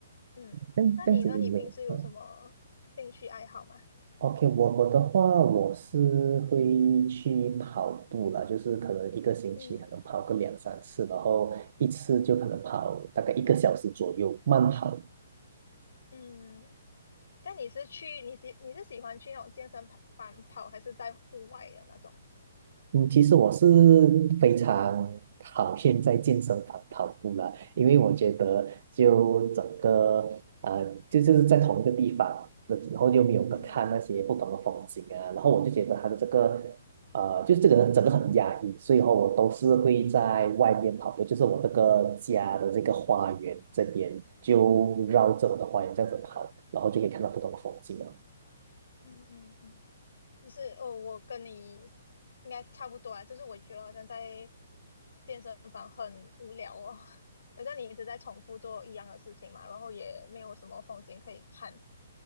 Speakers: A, on the left; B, on the right.
A: 嗯，
B: 这样这样子你们嗯
A: 那你呢？你平时有什么兴趣爱好吗？
B: ，OK，我我的话，我是会去跑步啦，就是可能一个星期可能跑个两三次，
A: 嗯
B: 然后一次就可能跑大概一个小时左右，慢跑。
A: 嗯，那你是去你喜你是喜欢去那种健身跑房跑，还是在户外的那种？
B: 嗯，其实我是非常讨厌在健身房跑步了，因为我觉得就整个呃，就就是在同一个地方，那然后又没有个看那些不同的风景啊，
A: 嗯
B: 然后我就觉得它的这个呃，就是这个整个很压抑，所以后我都是会在外面跑步，就是我这个家的这个花园这边，就绕着我的花园这样子跑，然后就可以看到不同的风景啊。
A: 嗯嗯嗯，你是哦，我跟你应该差不多啊，就是我觉得好像在健身房很无聊哦，<laughs> 好像你一直在重复做一样的事情嘛，然后也没有什么风景可以看。